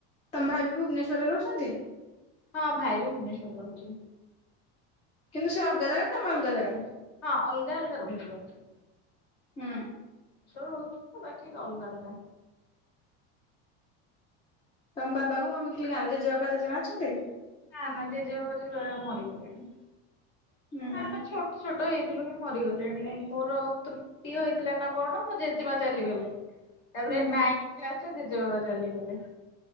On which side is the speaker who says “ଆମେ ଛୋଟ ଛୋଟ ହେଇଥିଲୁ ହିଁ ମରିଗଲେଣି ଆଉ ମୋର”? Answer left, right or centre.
Left